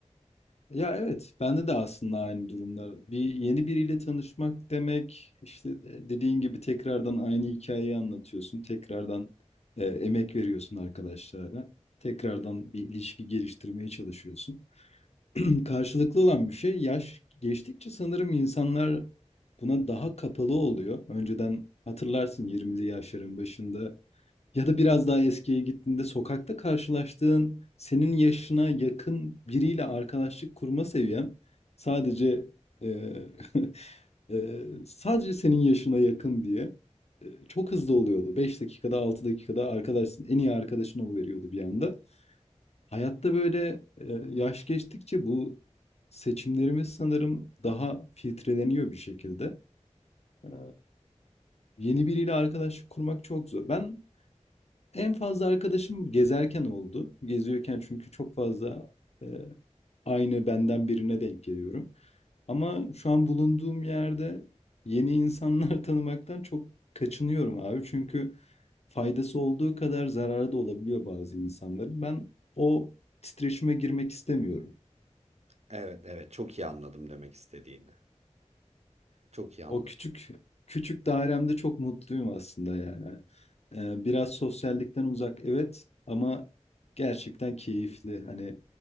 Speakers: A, on the left; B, on the right.
A: Ya evet, bende de aslında aynı durumlar. Bir yeni biriyle tanışmak demek, işte de- dediğin gibi tekrardan aynı hikayeyi anlatıyorsun, tekrardan e, emek veriyorsun arkadaşlara, tekrardan bir ilişki geliştirmeye çalışıyorsun. <clears throat> Karşılıklı olan bir şey, yaş geçtikçe sanırım insanlar buna daha kapalı oluyor. Önceden hatırlarsın 20'li yaşların başında. Ya da biraz daha eskiye gittiğinde sokakta karşılaştığın senin yaşına yakın biriyle arkadaşlık kurma seviyen sadece eee, eee, <laughs> sadece senin yaşına yakın diye eee, çok hızlı oluyordu. beş dakikada 6 dakikada arkadaşsın en iyi arkadaşın oluveriyordu bir anda. Hayatta böyle eee, yaş geçtikçe bu seçimlerimiz sanırım daha filtreleniyor bir şekilde. Eee, Yeni biriyle arkadaşlık kurmak çok zor. Ben en fazla arkadaşım gezerken oldu. Geziyorken çünkü çok fazla e, aynı benden birine denk geliyorum. Ama şu an bulunduğum yerde yeni insanlar <laughs> tanımaktan çok kaçınıyorum abi. Çünkü faydası olduğu kadar zararı da olabiliyor bazı insanların. Ben o titreşime girmek istemiyorum.
B: Evet evet çok iyi anladım demek istediğini. Çok iyi anladım.
A: O küçük küçük dairemde çok mutluyum aslında yani. Ee, biraz sosyallikten uzak evet ama gerçekten keyifli. Hani